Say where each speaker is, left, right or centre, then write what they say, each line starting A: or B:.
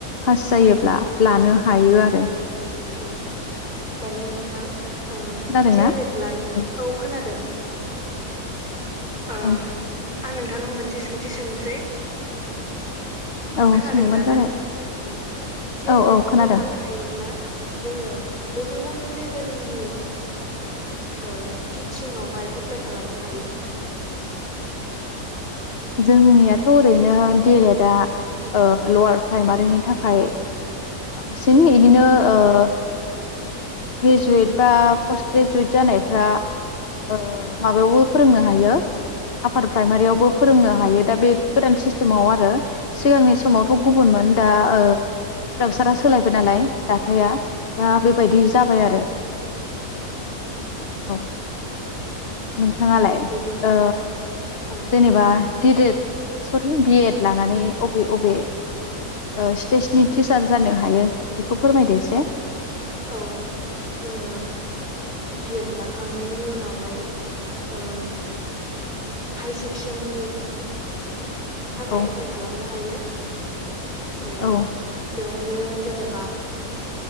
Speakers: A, on the left; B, on the left.
A: पास जायोब्ला लानो हायो आरो।
B: औ दायो नोंथां ओ
A: खोनादोंना
B: दिएलेट लायो,
A: ओं
B: औ खोनादों ओ
A: ओं
B: आं नोंथांनाव मोनसे सोंथि सोंसै
A: औ
B: खोनादों
A: सोंबानो
B: दा
A: जाबाय
B: ना? ओं। दिएलेट
A: औ औ खोनादों
B: खौ लानो हायोब्ला जोङो बबे बबे लेबेलनि ओ टिचिंआवहाय एप्लाइ खालामनो हायो?
A: जोंनियाथ' ओरैनो दिएलेटआ ओ लवार प्राइमारिनि थाखाय बांसिन
B: औ
A: इदिनो ओ ग्रेजुवेट बा पस्ट ग्रेजुवेट जानायफ्रा‌‌ ओ माबायावबो फोरोंनो हायो आफपार प्राइमारियावबो फोरोंनो हायो दा बे गोदान सिस्टेमाव आरो सिगांनि
B: औ
A: समावथ' गुबुनमोन दा
B: औ
A: ओ स्ट्राक्सारा सोलायबाय नालाय दाथाया दा बेबायदि जाबाय
B: औ
A: आरो।
B: औ
A: औ। नोंथाङालाय
B: बेनिफ्राय
A: ओ
B: ओं
A: जेनोबा दिएलेट सरनि बि एड लानानै बबे बबे ओ स्टेजनि टिचार जानो हायो बेखौ फोरमायदो एसे।
B: औ जोङो बि एड लाखांनायनि उनावहाय ओ हाइ सेक्सननि थाखाय
A: औ
B: एप्लाइ खालामनो हायो। ओ
A: औ
B: बेवहाइयो जेनेबा